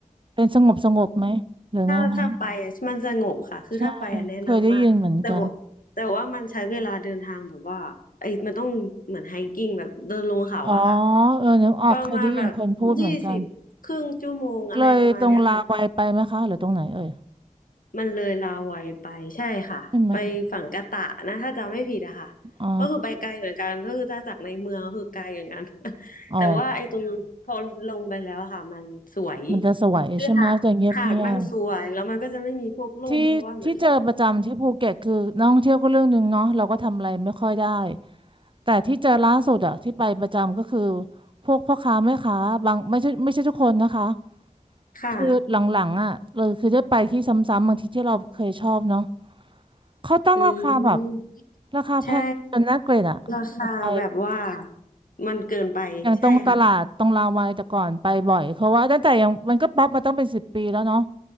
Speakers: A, on the right; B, on the left.
A: เป็นสงบสงบไหมหรือไงไง
B: ถ้าถ้าไปอ่ะมันสงบค่ะคือถ้าไปอ่ะแนะนำมากแต่ว่าแต่ว่ามันใช้เวลาเดินทางแบบว่าไอ้มันต้องเหมือนไฮกิ้งแบบเดินลงเขาอะค่ะ
A: ใช่เคยได้ยินเหมือนกันอ๋อเออนึกออกเคยได้ยินคนพูดเหมือนกัน
B: ประมาณแบบยี่สิบครึ่งชั่วโมงอะไรประมาณเนี้ยค่ะ
A: เลยตรงลาวัยไปไหมคะ หรือตรงไหนเอ่ย
B: มันเลยลาวัยไปใช่ค่ะไปฝั่งกะตะนะถ้าจำไม่ผิดอะค่ะ
A: ใช่ไหมคะอ๋อ
B: ก็คือไปไกลเหมือนกันก็คือถ้าจากในเมืองก็คือไกลเหมือนกัน <laughs>
A: อ๋อ
B: แต่ว่าไอ้ตรงพอลงไปแล้วอะค่ะมันสวย
A: มันจะสวยใช่ไหมจะเงียบเงียบ
B: คือหาดหาดมันสวยแล้วมันก็จะไม่มีพวกร่มเพราะว่าเหมือน
A: ที่ที่เจอประจำที่ภูเก็ตคือนักท่องเที่ยวก็เรื่องหนึ่งเนาะเราก็ทำอะไรไม่ค่อยได้แต่ที่เจอล่าสุดอะที่ไปประจำก็คือพวกพ่อค้าแม่ค้าบางไม่ใช่ไม่ใช่ทุกคนนะคะ
B: ค่ะ
A: คือหลังๆอะเราคือได้ไปที่ซ้ำๆบางทีที่เราเคยชอบเนาะเขาตั้งราคาแบบ
B: อืม
A: ราคาแพงจนน่าเกลียดอะ
B: ใช่ราคาแบบว่า
A: ไป
B: มันเกินไปใช่ค่ะ
A: อย่างตรงตลาดตรงรามวาแต่ก่อนไปบ่อยเพราะว่าตั้งแต่ยังมันก็ป๊อปมาต้องเป็นสิบปีแล้วเนาะ